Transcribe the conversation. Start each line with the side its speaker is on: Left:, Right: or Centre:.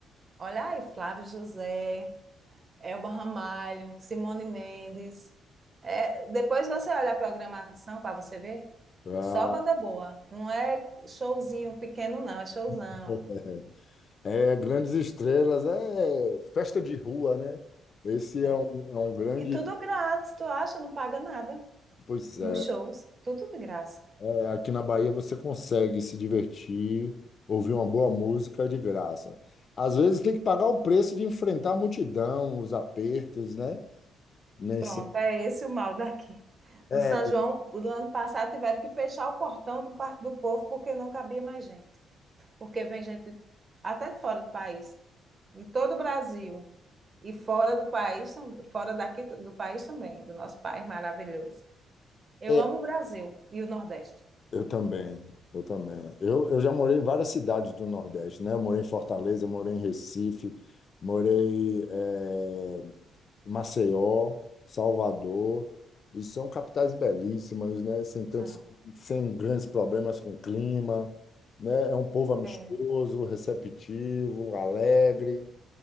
Right: Olha aí, Flávio José, Elba Ramalho, Simone Mendes. É, depois você olha a programação para você ver,
Left: Ah,
Right: só banda boa. Não é showzinho pequeno, não, é showzão.
Left: <laughs> é, grandes estrelas, é festa de rua, né? Esse
Right: É,
Left: é um, é um grande.
Right: e tudo grátis, tu acha? Não paga nada
Left: Pois
Right: nos
Left: é.
Right: shows, tudo de graça.
Left: É, aqui na Bahia você consegue se divertir, ouvir uma boa música de graça. Às vezes tem que pagar o preço de enfrentar a multidão, os apertos, né? Nem
Right: Pronto,
Left: sempre.
Right: é esse o mal daqui.
Left: É,
Right: No São João, o do ano passado, tiveram que fechar o portão do Parque do Povo porque não cabia mais gente. Porque vem gente até de fora do país, de todo o Brasil. E fora do país, tam- fora daqui do país também, do nosso país maravilhoso. Eu
Left: é,
Right: amo o Brasil e o Nordeste.
Left: eu também, eu também. Eu, eu já morei em várias cidades do Nordeste, né? Eu morei em Fortaleza, morei em Recife, morei é, Maceió, Salvador, e são capitais belíssimas, né? Sem tantos,
Right: São.
Left: sem grandes problemas com o clima, né? É um povo amistoso,
Right: É,
Left: receptivo, alegre.